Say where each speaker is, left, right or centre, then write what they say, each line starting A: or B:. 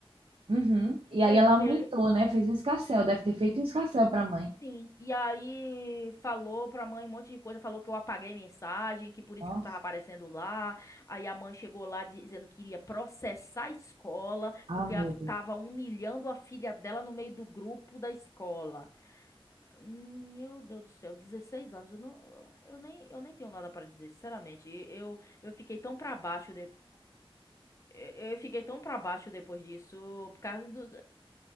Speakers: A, on the right (about 70°); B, on the left (about 30°).
A: Uhum. E aí
B: Porque
A: ela aumentou, né? Fez um escarcéu, deve ter feito um escarcéu para a mãe.
B: Sim, e aí falou pra mãe um monte de coisa, falou que eu apaguei mensagem, que por
A: Nossa.
B: isso que não tava aparecendo lá. Aí a mãe chegou lá dizendo que iria processar a escola,
A: Ah,
B: porque
A: meu
B: ela
A: Deus.
B: tava humilhando a filha dela no meio do grupo da escola. Hum, Meu Deus do céu, 16 anos, eu não, eu nem, eu nem tenho nada pra dizer, sinceramente. Eu, eu fiquei tão pra baixo de, eu eu fiquei tão pra baixo depois disso, por causa do,